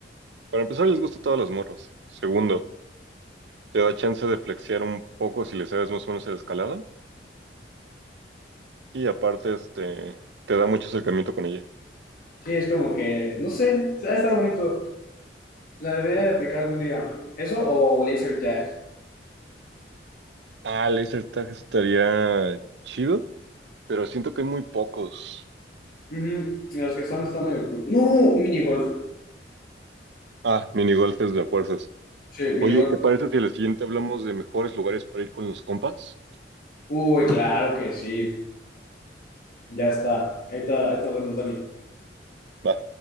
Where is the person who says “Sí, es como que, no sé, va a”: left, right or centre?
Left